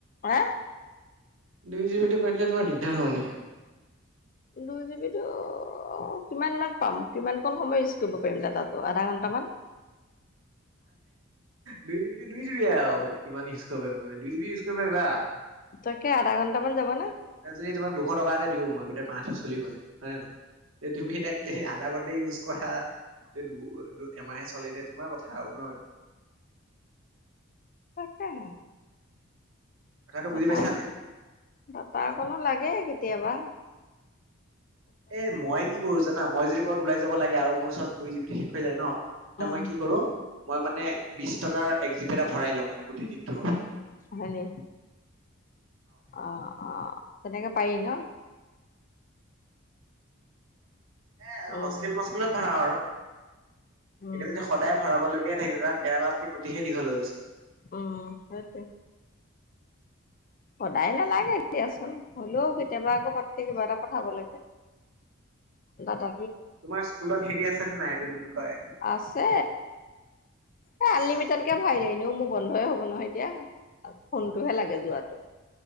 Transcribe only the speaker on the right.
দুই জি বি টো কৰি দিলে তোমাৰ দিগদাৰ হব নেকি আকৌ!
দুই জিবি টো দুই জিবিয়েই আৰু। কিমান ইউজ কৰিব পাৰিবা মানে দুই জিবি ইউজ কৰিব পাৰিবাতো
এতিয়া যদি তোমাক দুশ টকা এটা দিওঁ মই গোটেই মাহটো চলিবলে, হয়নে নহয়? তুমি এতিয়া আধা ঘণ্টাই ইউজ কৰা গোটে দু এমাহে চলে দ তোমাৰ কথা আৰু ন এইটো!
কথাটো
বুজি পাইছা নাই
এ মই কি কৰো জানা? মই যদি ক'বাত ওলাই যাব লাগে আৰু মোৰ ওচৰত দুই জিবিটো শেষ হৈ যায় ন। তা
মই কি কৰো মই মানে বিশ টকাৰ এক জিবি এটাপ ভৰাই লওঁ মানে গোটেইদিনটোৰ বাবে।
সেয়াই আৰু
হস্কিল মস্কিলত ভাল আৰু।
এতিয়া যদি সদায় ভৰাবলগীয়াই থাকে তাক কেৰেলাত তে গুটিহে দীঘল হ'ল চোন।
তোমাৰ স্কুলত হেৰি আছে নে নাই এইটো কি বুলি কয়
আছে